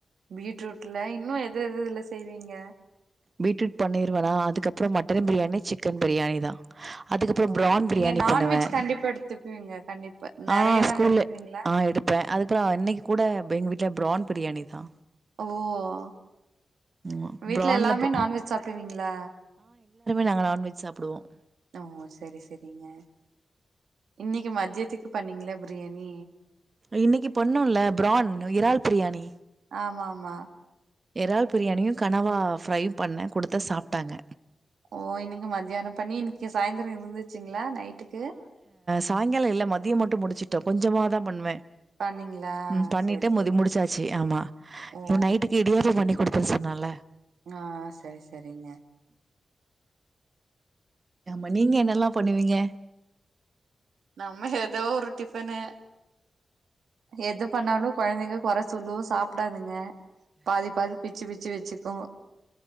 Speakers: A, on the right (about 80°); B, on the right (about 45°).
A: பீட்ரூட்ல இன்னு எது எது எதுல செய்வீங்க
B: பீட்ரூட் பண்ணிருவனா அதுக்கப்ற மட்டன் பிரியாணி சிக்கன் பிரியாணி தா அதுக்கப்ற
A: ஓ!
B: ப்ரான் பிரியாணி
A: நீங்க நான்வெஜ்
B: பண்ணுவே
A: கண்டிப்பா எடுத்துக்குவீங்க. கண்டிப்பா. நெறைய
B: ஆஹ்
A: நாள்
B: ஸ்கூல்ல
A: எடுத்துக்குவீங்களா?
B: ஆ எடுப்பே அதுப்றோ இன்னைக்கு கூட வெங் வீட் ட்ல ப்ரான் பிரியாணி தா
A: ஓ!
B: ம்மா
A: வீட்ல
B: ப்ரான்ல
A: எல்லாமே
B: போ
A: நான்வெஜ் சாப்டுவீங்ளா
B: நாங்க நான்வெஜ் சாப்பிடுவோம்.
A: ஓ செரி செரிங்க இன்னைக்கு மத்யத்துக்கு பண்ணீங்ளா பிரியாணி
B: இன்னைக்கு பொண்ணு இல்ல ப்ரான் அ இறால் பிரியாணி
A: ஆமா ஆமா
B: எறால் பிரியாணியு கனவா ஃப்ரையு பண்ண குடுத்த சாப்ட்டாங்க
A: ஓ இன்னைக்கு மத்யான பண்ணி இன்னைக்கி சாய்ந்தர இருந்துச்சுங் ளா நைட்டுக்கு
B: தாய்ங்கால இல்ல மதிய மட்டு முடிச்சுட்ட கொஞ்சமா தா பண்வே
A: பண்ணீங்களா
B: உம் பண்ணிட்ட
A: சரி
B: முதி
A: சரி
B: முடிச்சாச்சு ஆமா
A: ஓ
B: இன் நைட்டுக்கு இடியாப்ப பண்ணிக்குடு புதுசுனால
A: ஆஹ் செரி செரிங்க
B: ஆமா நீங்க என்னெல்லா பண்ணுவீங்க
A: நம்ம எதோ ஒரு டிஃபனு எது பண்ணாலு கொழந்தைங்க கொற சொல்லு சாப்டாதுங்க பாதி பாதி பிச்சு பிச்சு வச்சுக்கு